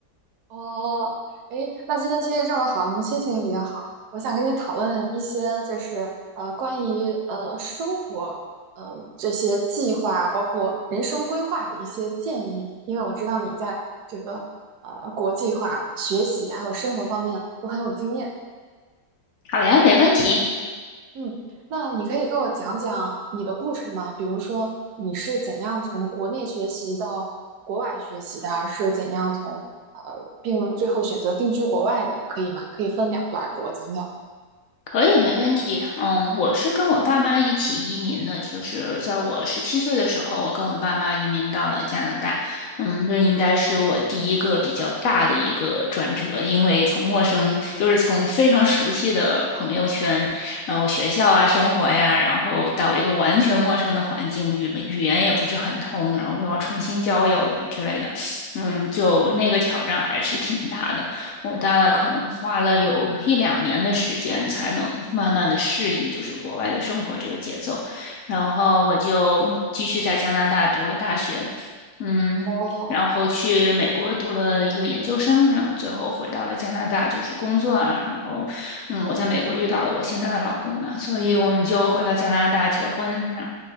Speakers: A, on the right; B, on the left.
A: 哦，诶，那今天天气这么好，我们心情也比较好。我想跟你讨论一些，就是呃，关于呃生活，嗯、这些计划啊，包括人生规划的一些建议。因为我知道你在这个呃国际化、学习还有生活方面都很有经验。
B: 好呀，没问题。
A: 嗯，那你可以给我讲讲你的故事吗？比如说你是怎样从国内学习到国外学习的，是怎样从呃，并最后选择定居国外的，可以吗？可以分两段儿给我讲讲。
B: 可以，没问题。嗯，我是跟我爸妈一起移民的，就是在我十七岁的时候，我跟我爸妈移民到了加拿大。嗯，这应该是我第一个比较大的一个转折，因为从陌生，就是从非常熟悉的朋友圈，然后学校啊、生活呀，然后到一个完全陌生的环境，语语言也不是很通，然后就要重新交友什么之类的。嗯，就那个挑战还是挺大的。我大概可能花了有一两年的时间，才能慢慢的适应就是国外的生活这个节奏。然后我就继续在加拿大读了大学，嗯，
A: 哦，
B: 然后去美国读了一个研究生，然后最后回到了加拿大就是工作啊。然后，嗯，我在美国遇到了我现在的老公嘛，所以我们就回到加拿大结婚，然后